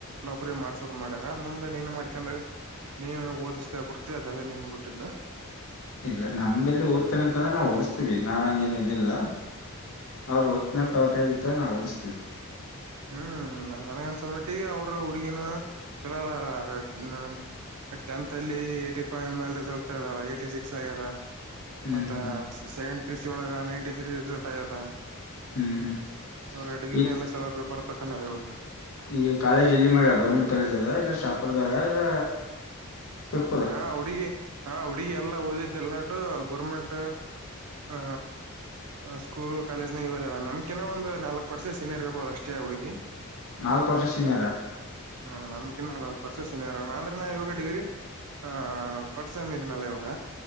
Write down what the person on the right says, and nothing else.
ನೌಕರಿ ಮಾಡ್ಸೋಕ ಮಾಡ್ಯಾರ ಮುಂದೆ ನೀನು ಮಾಡ್ಕ್ಯೆನ್ಡ್ ಹೋಗು ನೀನು ಓದಿಸ್ತಾ ಬಿಿಡ್ತಿ ಅದೆಲ್ಲಾ ನೀನ್ ಬಿಟ್ಟಿದ್ದ
ಹ್ಮ್
ಹ್ಮ್
ಹ್ಮ್ ನಾನ್ ನನಗನ್ಸಮ್ಮೆಟ್ಟಿಗೆ ಅವ್ರ ಹುಡುಗಿನ ಚಲೋ ಅದಾಳ ನ ಟೆಂತ್ ಅಲ್ಲಿ ಏಟಿ ಫೈವ್ ಮೇಲೆ ರಿಸಲ್ಟ್ ತಗ್ದಾಳ ಏಟಿ ಸಿಕ್ಸ್ ಆಗ್ಯದ
ಮತ್ತ
ಸೆಕೆಂಡ್ ಪಿ ಯು ಸಿ ಒಳಗ ನೈಂಟಿ ತ್ರೀ ರಿಸಲ್ಟ್ ಆಗ್ಯ್ಯದ
ಇವಾಗ ಡಿಗ್ರಿಿನ
ಎಲ್ಲ ಚಲೋ ಬರ್ತ ತಕಂದ ಇವಾಗ
ಹಾ ಹುಡುಗಿ ಹಾ ಹುಡುಗಿ ಎಲ್ಲಾ ಓದಿದ್ದೆಲ್ಲ ಒಟ್ಟು ಗೋರ್ಮೆಂಟ್ ಹ ಸ್ಕೂಲ್ ಕಾಲೇಜನಾಗ ಹೋದ ನಮಕಿನ ಒಂದು ನಾಲ್ಕ್ ವರ್ಷ ಸೀನಿಯರ್ಬೋುದು ಅಷ್ಟೇ ಹಾ ಹುಡುಗಿ
ಹ್ಮ ನನಕ್ಕಿಂನಾ ನಾಲ್ಕ್ ವರ್ಷ ಸೀನಿಯರ್ ಅಂದ್ರೆ ನಾ ಇವಾಗ ಡಿಗ್ರಿ ಹಾ ಫಸ್ಟ್ ಸೇಮ್ ಇದಿನಲ್ಲ ಇವಾಗ